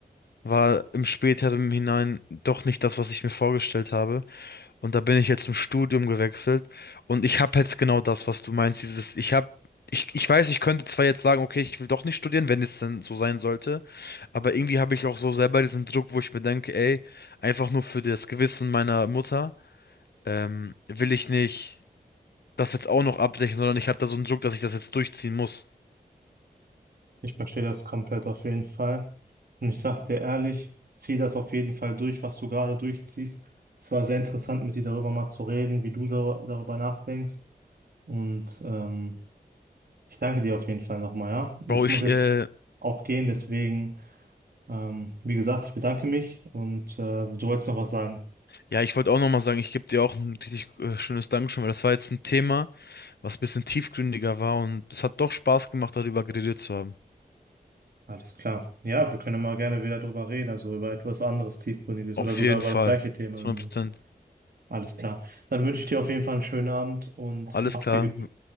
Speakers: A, on the left; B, on the right.
A: war im späteren hinein doch nicht das, was ich mir vorgestellt habe. Und da bin ich jetzt im Studium gewechselt und ich habe jetzt genau das, was du meinst, dieses, ich habe Ich, ich weiß, ich könnte zwar jetzt sagen, okay, ich will doch nicht studieren, wenn es denn so sein sollte, aber irgendwie habe ich auch so selber diesen Druck, wo ich mir denke, ey, einfach nur für das Gewissen meiner Mutter ähm, will ich nicht das jetzt auch noch abdecken, sondern ich habe da so einen Druck, dass ich das jetzt durchziehen muss.
B: Ich verstehe das komplett auf jeden Fall. Und ich sag dir ehrlich, zieh das auf jeden Fall durch, was du gerade durchziehst. Es war sehr interessant, mit dir darüber mal zu reden, wie du dar- darüber nachdenkst. Und ähm, ich danke dir auf jeden Fall nochmal, ja.
A: Bro,
B: Ich
A: ich,
B: muss jetzt
A: äh,
B: auch gehen, deswegen, ähm, wie gesagt, ich bedanke mich und äh, du wolltest noch was sagen.
A: ja, ich wollte auch nochmal sagen, ich gebe dir auch ein richtig äh, schönes Dankeschön, weil das war jetzt ein Thema, was ein bisschen tiefgründiger war und es hat doch Spaß gemacht, darüber geredet zu haben.
B: Alles klar. Ja, wir können mal gerne wieder drüber reden, also über etwas anderes Tiefgründiges
A: Auf
B: oder sogar
A: jeden
B: über
A: Fall.
B: das gleiche Thema, wenn
A: 100%.
B: du willst. Alles klar. Dann wünsche ich dir auf jeden Fall einen schönen Abend und
A: Alles
B: mach's
A: klar.
B: dir gemütlich.